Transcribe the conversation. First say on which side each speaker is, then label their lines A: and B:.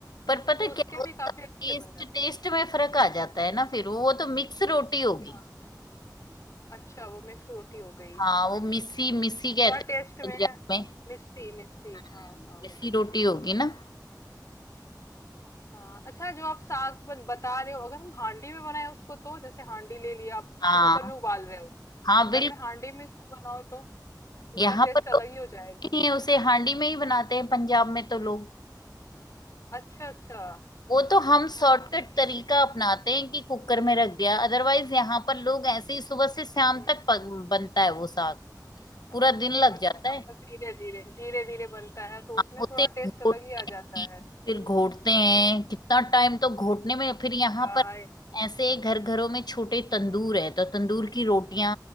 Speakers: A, on the left (about 70°); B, on the left (about 45°).
A: पर पता
B: तो उसके
A: क्या होता
B: भी काफी अच्छे
A: टेस्ट
B: बन जाते
A: टेस्ट
B: हैं
A: में फर्क आ जाता है ना फिर वो तो मिक्स रोटी होगी
B: हाँ अच्छा वो मिक्स रोटी हो गई हम्म
A: हाँ वो मिस्सी मिस्सी
B: थोड़ा
A: कहते हैं
B: टेस्ट में
A: पंजाब में
B: मिस्सी मिस्सी
A: हम्म,
B: हाँ हाँ
A: मिस्सी
B: मिस्सी
A: रोटी
B: का
A: होगी ना
B: हाँ अच्छा जो आप साग बन, बता रहे हो अगर हम हांडी में बनाए उसको तो जैसे हांडी ले लिया आप जैसे
A: हाँ
B: कुकर में उबाल रहे हो
A: हाँ
B: अगर
A: बिल्कुल
B: मैं हांडी में इसको बनाऊँ तो उसका
A: यहाँ
B: टेस्ट
A: पर
B: अलग
A: तो
B: ही हो जाएगा
A: नहीं है उसे हांडी में ही बनाते हैं पंजाब में तो लोग
B: अच्छा अच्छा
A: वो तो हम शॉर्टकट
B: हाँ मतलब
A: तरीका अपनाते हैं कि कुकर में रख दिया अदरवाइज यहाँ पर लोग ऐसे ही सुबह से शाम
B: हम्म
A: तक पक, बनता है वो साग पूरा दिन लग
B: अच्छा
A: जाता है
B: मतलब धीरे धीरे धीरे धीरे बनता है तो उसमें
A: होते
B: थोड़ा टेस्ट
A: घोटते
B: अलग ही आ
A: हैं
B: जाता है
A: फिर घोटते हैं कितना टाइम तो घोटने में फिर यहाँ
B: चाय
A: पर ऐसे घर घरों में छोटे तंदूर है तो तंदूर की रोटियां